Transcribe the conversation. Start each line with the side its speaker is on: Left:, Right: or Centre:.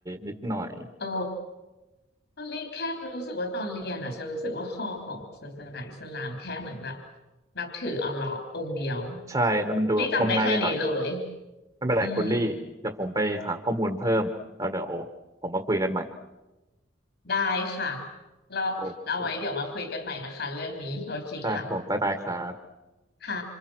Right: นิดหน่อย
Left: โอ้ตอนเรียนแค่รู้สึกว่าตอนเรียนอ่ะฉันรู้สึกว่าคอของศาสนาอิสลามแค่เหมือนแบบนับถืออัลเลาะห์องค์เดียว
Right: ใช่แล้วมันดูงมงายไปหน่อย
Left: รีจำได้แค่นี้เลย
Right: ไม่เป็นไรคุณลี่เดี๋ยวผมไปหาข้อมูลเพิ่มแล้วเดี๋ยวผมมาคุยกันใหม่
Left: อืมได้ค่ะรอบเราไว้เดี๋ยวมาคุยกันใหม่นะคะเรื่องนี้โอเคค่ะ
Right: โอเคได้ครับผมบ๊ายบายครับ
Left: ค่ะ